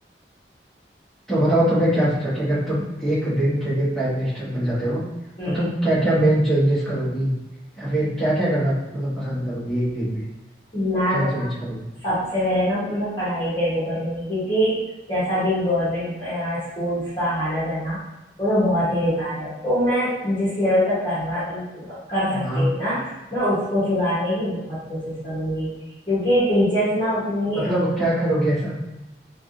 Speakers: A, in the centre; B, on the left (about 25°).
A: तो बताओ तुमने क्या सोचा कि अगर तुम एक दिन के लिए प्राइम मिनिस्टर बन जाते हो
B: हम्म
A: तो तुम क्या क्या मेन चेंजेस करोगी या फिर क्या क्या करना मतलब पसंद करोगी एक दिन में
B: मैं
A: क्या चेंज करोगी
B: सबसे पहले ना मैं पढ़ाई पे वो करूंगी क्योंकि जैसा भी गवर्नमेंट स्कूल्स का हालत है ना वो तो बहुत ही बेकार है तो मैं जिस लेवल तक कर रहा कर सकती
A: हाँ
B: हूँ ना मैं उसको सुधारने की बहुत कोशिश करूंगी क्योंकि टीचर्स ना उतनी
A: मतलब
B: अ,
A: क्या करोगी ऐसा